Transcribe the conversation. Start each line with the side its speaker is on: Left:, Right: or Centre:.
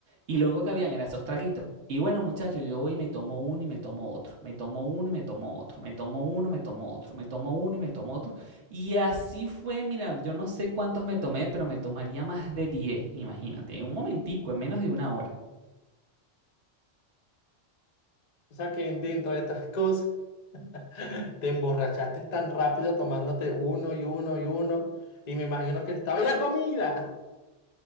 Right: Y lo único que habían eran esos traguitos. Y bueno, muchachos, yo voy y me tomo uno y me tomo otro. Me tomo uno y me tomo otro. Me tomo uno, me tomo otro. Me tomo uno y me tomo otro. Y así fue, mira, yo no sé cuántos me tomé, pero me tomaría más de 10. imagínate, en un momentico, en menos de una hora.
Left: O sea que dentro de estas <laughs> cosas te emborrachaste tan rápido tomándote uno y uno y uno. Y me imagino que estaba. ¡Y la comida!